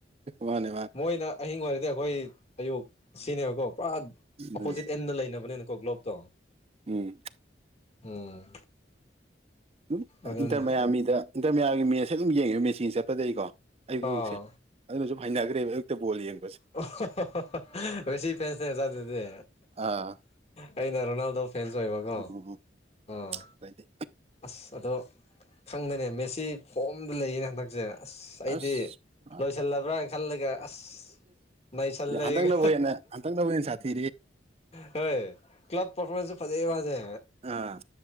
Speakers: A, on the right; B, on the left.
A: ꯃꯥꯅꯦ ꯃꯥꯅꯦ
B: ꯃꯣꯏꯅ ꯑꯍꯤꯡ ꯑꯣꯏꯔꯗꯤ ꯑꯩꯈꯣꯏ ꯑꯌꯨꯛ ꯁꯤꯅꯦꯕꯀꯣ ꯄꯨꯔꯥ
A: ꯑꯗꯨꯅꯤ
B: ꯑꯣꯄꯣꯖꯤꯠ ꯑꯦꯟꯗ ꯂꯩꯅꯕ <unintelligible> ꯀ‌ꯣ ꯒꯂ‌ꯣꯂꯞ ꯇ‌ꯣ
A: ꯎꯝ
B: ꯎꯝ
A: ꯑꯗꯨꯝ
B: ꯑꯗꯨꯅꯦ
A: ꯏꯟꯇꯔꯃꯌꯥ ꯃꯤꯗ ꯏꯟꯇꯔꯃꯌꯥꯒꯤ ꯃꯤ ꯑꯁꯦ ꯑꯗꯨꯝ ꯌꯦꯡꯉꯦꯕ ꯃꯦꯆꯤꯟ ꯆꯠꯄꯗꯒꯤꯀꯣ ꯑꯌꯨꯛ
B: ꯑꯥ
A: ꯑꯌꯨꯛꯦ ꯑꯗꯨꯅꯁꯨꯨꯝ ꯍꯩꯅꯈ꯭ꯔꯦꯕ ꯑꯌꯛꯇ ꯕꯣꯜ ꯌꯦꯡꯕ
B: <unintelligible> ꯉꯁꯤ ꯐꯁꯅꯦ ꯆꯗꯗꯤ
A: ꯑꯥ
B: ꯑꯩꯅ ꯔꯣꯅꯥꯜꯗꯣ ꯐꯦꯟꯁ ꯑꯣꯏꯕꯀꯣ
A: ꯎꯝ
B: ꯑꯥ
A: ꯀꯥꯏꯗꯦ
B: ꯑꯁ ꯑꯗꯣ ꯈꯪꯗꯅꯦ ꯃꯦꯁꯤ ꯐꯣꯝꯗ ꯂꯩꯌꯦꯅ ꯍꯟꯗꯛꯁꯦ ꯑꯁ ꯑꯩꯗꯤ
A: ꯑꯁ ꯄꯨꯔꯥ
B: ꯂꯣꯏꯁꯤꯜꯂꯕ꯭ꯔꯅ ꯈꯜꯂꯒ ꯑꯁ ꯅꯩꯁꯜꯂꯦ
A: ꯍꯟꯇꯛ
B: ꯑꯩꯒ
A: ꯅ ꯍꯦꯅ ꯍꯟꯇꯛ ꯅ ꯍꯦꯅ ꯁꯥꯊꯤ
B: ꯍꯣꯏ ꯀ ꯀ꯭ꯂꯕ ꯄꯔꯐꯃꯦꯟꯁꯁꯨ ꯐꯖꯩ ꯃꯥꯖꯦ
A: ꯑꯥ